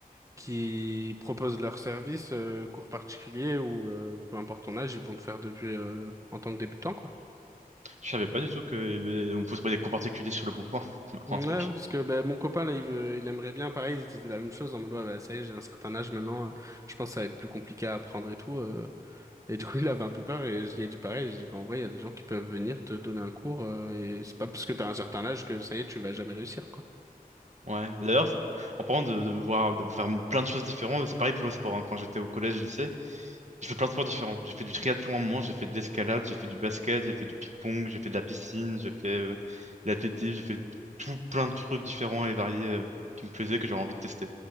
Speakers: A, on the right; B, on the right.
A: qui proposent leurs services, euh, cours particuliers ou euh, peu importe ton âge, ils vont te faire depuis euh, en tant que débutant, quoi.
B: Je savais pas du tout que euh, on pouvait trouver des cours particuliers sur le bon coin. <laughs> Je me prends
A: Ouais,
B: un truc.
A: parce que ben mon copain là, il veut, il aimerait bien, pareil, il se disait la même chose en mode ouais, bah, ça y est, j'ai un certain âge maintenant, euh, je pense que ça va être plus compliqué à apprendre et tout. euh. Et du coup, il avait un peu peur et je lui ai dit pareil. J'ai dit, bah, en vrai, il y a des gens qui peuvent venir te donner un cours euh, et c'est pas parce que t'as un certain âge que ça y est, tu vas jamais réussir, quoi.
B: Ouais, d'ailleurs, c'est- en parlant de, de voir, de faire plein de choses différentes, c'est pareil pour le sport. hein. Quand j'étais au collège, lycée, J'ai fait plein de sports différents. J'ai fait du triathlon à un moment, j'ai fait de l'escalade, j'ai fait du basket, j'ai fait du ping-pong, j'ai fait de la piscine, j'ai fait euh, de l'athlétisme, j'ai fait tout plein de trucs différents et variés euh, qui me plaisaient, que j'avais envie de tester.